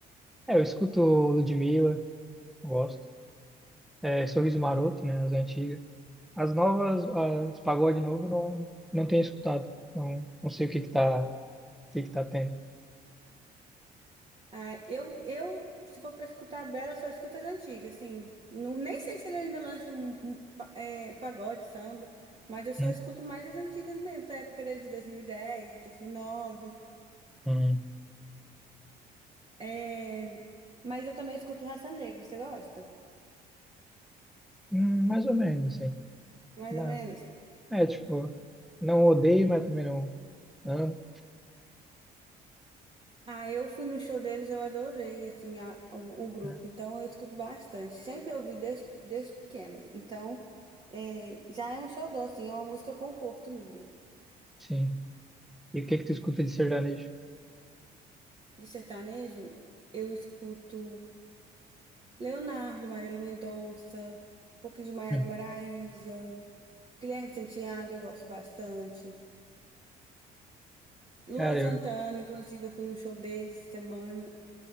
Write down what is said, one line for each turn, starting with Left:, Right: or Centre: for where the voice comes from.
Centre: É, eu escuto Ludmilla, Gosto. É, Sorriso Maroto, né? As antigas. As novas, as pagode novo, não, não tenho escutado. Não, não sei o que que tá, o que que tá tendo.
Right: Ah, eu, eu, se for pra escutar a Bela, só escuto as antigas, assim. Não, nem sei se ele ainda lança um, um pa- é, pagode, samba, mas eu só
Centre: Hum,
Right: escuto mais as antigas mesmo, da época dele de 2010, 2009.
Centre: hum.
Right: É, mas eu também escuto Raça Negra, você gosta?
Centre: Hum, mais ou menos, assim.
Right: Mais
Centre: Né?
Right: ou menos?
Centre: É, tipo, não odeio, mas também não amo.
Right: Ah, eu fui no show deles, eu adorei, assim, a- o, o grupo.
Centre: né?
Right: Então, eu escuto bastante. Sempre ouvi desde, desde pequena. Então, é, já é um xodó, assim, é uma música conforto minha.
Centre: Sim. E o que que tu escuta de sertanejo?
Right: De sertanejo, eu escuto Leonardo, Marília Mendonça, um pouquinho de Maiara
Centre: hum.
Right: Maraisa, Guilherme Santiago, eu gosto bastante. Luan
Centre: Cara,
Right: Santana,
Centre: eu...
Right: inclusive, eu fui no show deles essa semana.